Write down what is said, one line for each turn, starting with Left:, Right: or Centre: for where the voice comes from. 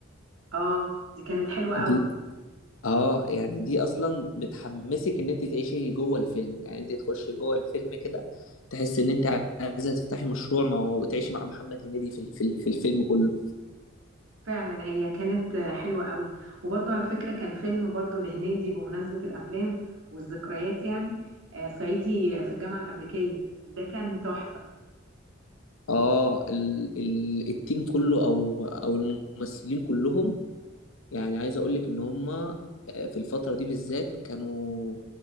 Right: اه دي كانت حلوة
Left: دي
Right: قوي
Left: اه يعني دي اصلا بتحمسك ان انت تعيشي جوه الفيلم يعني انت تخشي جوه الفيلم كده تحس ان انت عايزه تفتحي مشروع ما وتعيشي مع محمد هنيدي في ال- في ال- في الفيلم كله
Right: فعلا هي كانت آه، حلوة قوي وبرضو على فكرة كان فيلم برضو لهنيدي بمناسبة الافلام والذكريات يعني آه، صعيدي في الجامعة الامريكية ده كان تحفة
Left: اه ال ال التيم كله او او الممثلين كلهم يعني عايز اقول لك ان هم آه، في الفتره دي بالذات كانوا